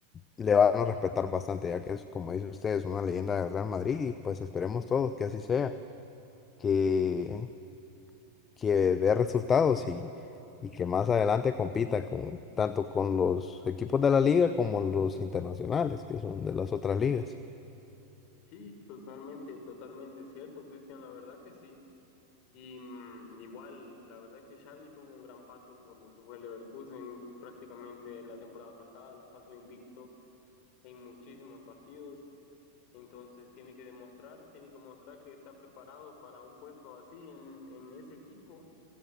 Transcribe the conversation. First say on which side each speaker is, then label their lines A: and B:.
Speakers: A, on the left; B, on the left.
A: le van a respetar bastante, ya que es, como dice usted, es una leyenda del Real Madrid y pues esperemos todos que así sea que que dé resultados y, y que más adelante compita con, tanto con los equipos de la liga como los internacionales, que son de las otras ligas.
B: Sí, totalmente, totalmente cierto, Cristian, la verdad que sí. Y mm, igual, la verdad que Xavi tuvo un gran paso por lo que fue el Leverkusen prácticamente la temporada pasada, la pasó invicto en muchísimos partidos. Entonces tiene que demostrar, tiene que mostrar que está preparado para un puesto así en, en ese equipo